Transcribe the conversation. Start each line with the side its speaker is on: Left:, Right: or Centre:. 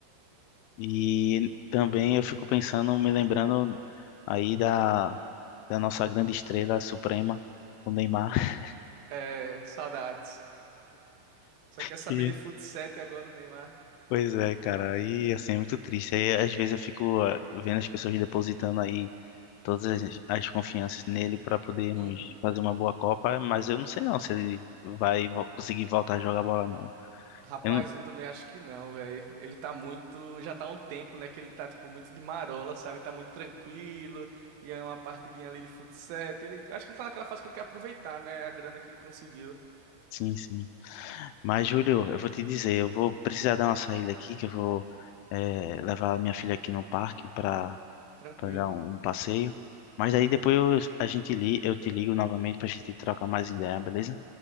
Left: E também eu fico pensando, me lembrando aí da, da nossa grande estrela suprema, o Neymar. <laughs>
Right: É, saudades. Só quer saber
Left: Que...
Right: de futsal e agora o Neymar?
Left: Pois é, cara, aí assim é muito triste. Aí às vezes eu fico ah, vendo as pessoas depositando aí todas as, as confianças nele para podermos
Right: Uhum.
Left: fazer uma boa Copa, mas eu não sei não se ele vai vo- conseguir voltar a jogar bola não.
Right: Rapaz,
Left: Eu não...
Right: eu também acho que não, velho. Ele tá muito. Já tá há um tempo, né? Que ele tá, tipo, muito de marola, sabe? Tá muito tranquilo. E é uma partidinha ali de futsal. Ele... Acho que ele tá naquela fase que ele quer aproveitar, né? A grana que ele conseguiu.
Left: Sim, sim. Mas Júlio, eu vou te dizer, eu vou precisar dar uma saída aqui, que eu vou eh, levar a minha filha aqui no parque para
Right: Tranquilo.
Left: para dar um um passeio. Mas aí depois eu- a gente li, eu te ligo novamente para a gente trocar mais ideia, beleza?